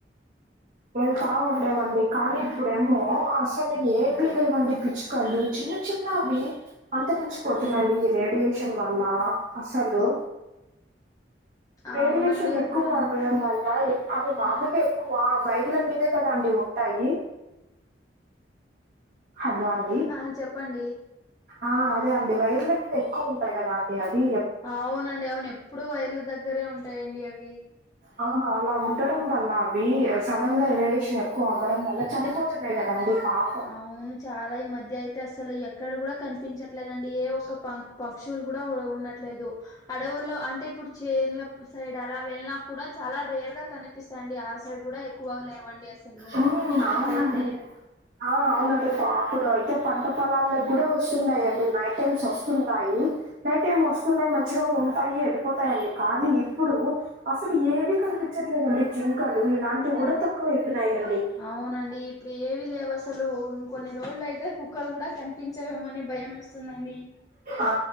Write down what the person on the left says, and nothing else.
అవునండి
అసలు అ
ఆ చెప్పండి
అవునండి అవును ఎప్పుడు వైర్ల దగ్గరే ఉంటాయండి అవి
అవును చాలా ఈ మధ్య అయితే అసలు ఎక్కడ కూడా కనిపించట్లేదండి ఏ ఒక్క పాక్ పక్షులు కూడా ఉండట్లేదు అడవులో అంటే ఇప్పుడు చేన్ల సైడ్ అలా వెళ్ళిన కూడా చాలా రేర్ గా కన్ పిస్తయండి ఆ సైడ్ కూడా ఎక్కువగ లేవండి అసలు
ఇప్పుడైతే
అవునండి ఇప్పుడు ఏవీ లేవు అసలు ఇంకొన్ని రోజులు అయితే కుక్కలు కూడా కనిపించేవేమోని భయమేస్తుందండి